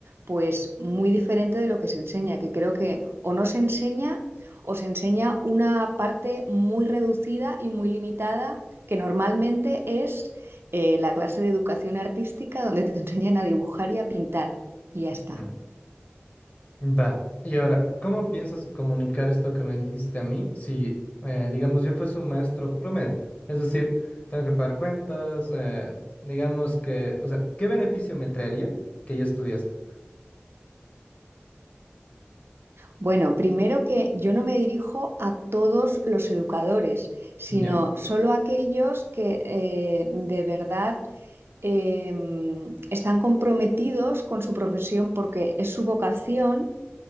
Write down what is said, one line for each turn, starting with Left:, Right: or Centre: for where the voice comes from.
Right: pues muy diferente de lo que se enseña, que creo que o no se enseña o se enseña una parte muy reducida y muy limitada que normalmente es eh, la clase de educación artística donde te <laughs> enseñan a dibujar y a pintar. Y ya está.
Left: Mm. Va, y ahora, ¿cómo piensas comunicar esto que me dijiste a mí si, eh, digamos, yo fuese un maestro promedio? Es decir, tengo que pagar cuentas, eh, digamos que, o sea, ¿qué beneficio me traería que yo estudie esto?
Right: Bueno, primero que yo no me dirijo a todos los educadores, sino
Left: ¿Ya?
Right: solo a aquellos que eh, de verdad eh, están comprometidos con su profesión porque es su vocación